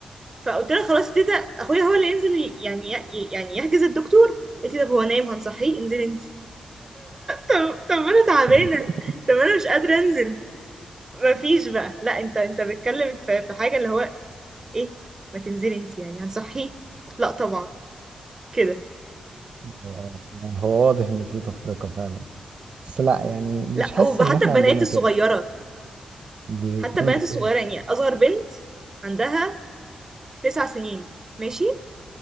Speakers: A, on the right; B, on the right.
A: فقلت لها خلاص يا تيتا اخويا هو اللي ينزل ي- يعني ي- يعني يحجز الدكتور قالت لي طب هو نايم هنصحيه انزلي انت طب طب انا تعبانه
B: <laughs>
A: طب انا مش قادره انزل مفيش بقى لا انت انت بتتكلم في في حاجه اللي هو ايه ما تنزلي انت يعني هنصحيه لا طبعا كده
B: آه، يعني هو واضح ان في تفرقة فعلا بس لا يعني مش
A: لا
B: حاسس
A: وحتى
B: ان احنا
A: البنات
B: عندنا
A: الصغيره
B: كده بتعمل
A: حتى البنات الصغيرة
B: ايه
A: يعني أصغر بنت عندها تسع سنين ماشي